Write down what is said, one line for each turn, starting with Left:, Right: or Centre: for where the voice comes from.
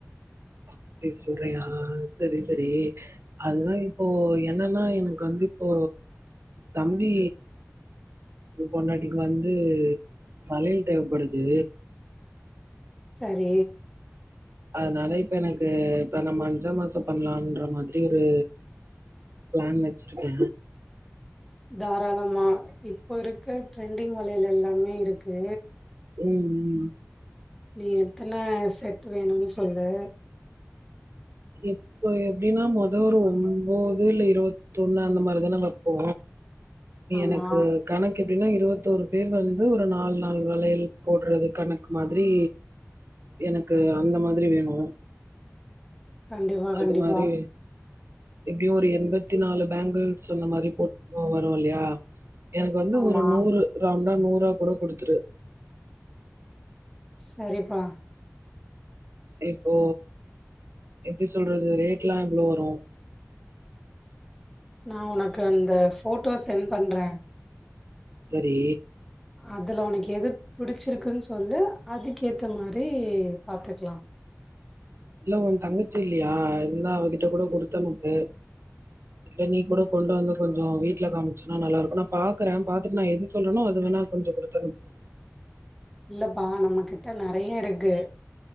Right: அப்டி சொல்றியா செரி செரி அதுதா இப்போ என்னன்னா எனக்கு வந்து இப்போ தம்பி பொண்டாட்டிக்கு வந்து வளையல் தேவப்படுது
Centre: சரி
Right: அதனால இப்ப எனக்கு இப்ப நம்ப அஞ்சாம் மாசோ பண்ணலாம்ன்ற மாதிரி ஒரு பிளான் வெச்சுருக்கே
Centre: தாராளமா இப்போ இருக்க ட்ரெண்டிங் வளையல் எல்லாமே இருக்கு
Right: ம் ம்
Centre: நீ எத்தன செட் வேணும்னு சொல்லு
Right: எப்ப எப்டீன்னா மொத ஒரு ஒம்போது இல்ல இருவத்தொண்ணு அந்த மாரிதானே வெப்போ
Centre: ஆமா
Right: எனக்கு கணக்கு எப்டின்னா இருவத்தோரு பேர் வந்து ஒரு நாலு நால் வளையல் போடுறது கணக்கு மாதிரி எனக்கு அந்த மாதிரி வேணு
Centre: கண்டிப்பா
Right: அது
Centre: கண்டிப்பா
Right: மாரி எப்டியு ஒரு எண்பத்தி நாலு பேங்கிள்ஸ் சொன்ன மாதிரி போட்டு போக வரும் இல்லையா எனக்கு வந்து
Centre: ஆமா
Right: ஒரு நூறு ரவுண்டா நூறா கூட குடுத்துரு
Centre: செரிப்பா
Right: இப்போ எப்டி சொல்றது ரேட்லா எவ்ளோ வரும்
Centre: நா உனக்கு அந்த ஃபோட்டோஸ் சென்ட் பண்றே
Right: செரி
Centre: அதுல உனக்கு எது புடிச்சிருக்குன்னு சொல்லு அதுக்கேத்த மாரி பாத்துக்லா
Right: இல்ல உ தங்கச்சு இல்லயா இருந்தா அவகிட்ட கூட குடுத்தனுப்பு இல்ல நீ கூட கொண்டு வந்து கொஞ்சோ வீட்ல காமிச்சன்னா நல்லா இருக்கும் நா பாக்கறே பாத்துட்டு நா எது சொல்றேனோ அது வேணா கொஞ்சோ குடுத்தனுப்பு
Centre: இல்லப்பா நம்ம கிட்ட நெறையா இருக்குது